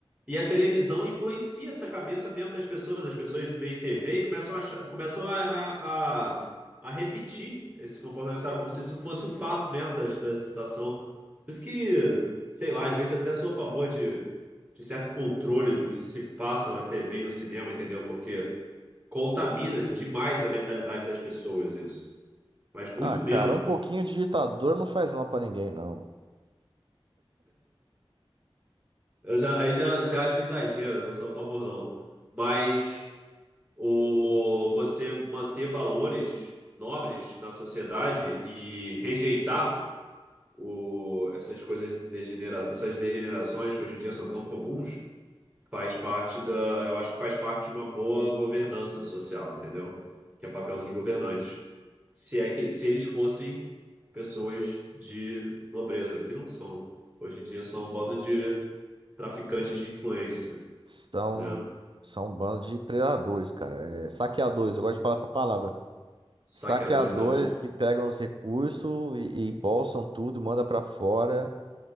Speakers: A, on the right (about 15°); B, on the right (about 55°).
A: E a televisão influencia essa cabeça mesmo das pessoas. As pessoas veem TV e começam a, achar- começam a, a, a, a repetir esse comportamento, sabe? Como se isso fosse o fato mesmo da, da situação. Por isso que, sei lá, às vezes até sou a favor de, de certo controle do que se passa na TV e no cinema, entendeu? Porque contamina demais a mentalidade das pessoas isso. Mas muito
B: Ah, cara,
A: mesmo.
B: um pouquinho de ditadura não faz mal pra ninguém, não.
A: Eu já, aí já, já acho exagero, eu não sou a favor, não. Mas. o, você manter valores nobres na sociedade e rejeitar o, essas coisas degenera, essas degenerações que hoje em dia são tão comuns, faz parte da, eu acho que faz parte de uma boa governança social, entendeu? Que é papel dos governantes. Se é que se eles fossem pessoas de nobreza, que não são. Hoje em dia são um bando de traficantes de influência,
B: São,
A: né?
B: são um bando de predadores, cara. É, saqueadores, eu gosto de falar essa palavra.
A: Saqueadores
B: Saqueadores
A: é bom.
B: que pegam os recursos e, e embolsam tudo, manda pra fora